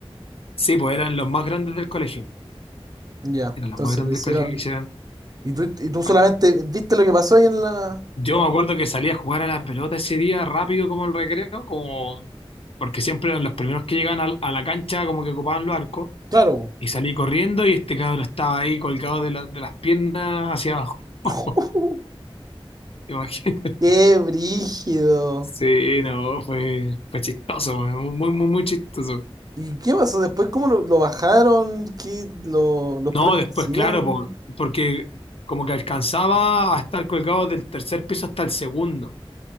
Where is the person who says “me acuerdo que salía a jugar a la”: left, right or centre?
Left